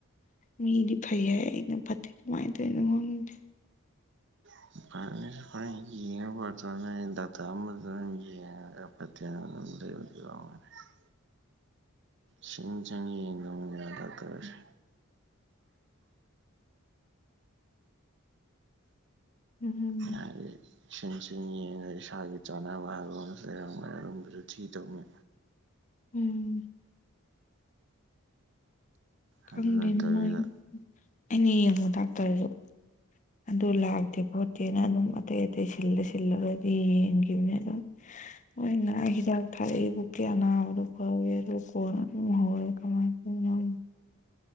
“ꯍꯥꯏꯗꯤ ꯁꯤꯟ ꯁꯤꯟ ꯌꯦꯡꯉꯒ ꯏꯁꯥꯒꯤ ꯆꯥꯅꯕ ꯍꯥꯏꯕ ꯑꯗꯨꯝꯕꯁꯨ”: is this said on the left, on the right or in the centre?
Right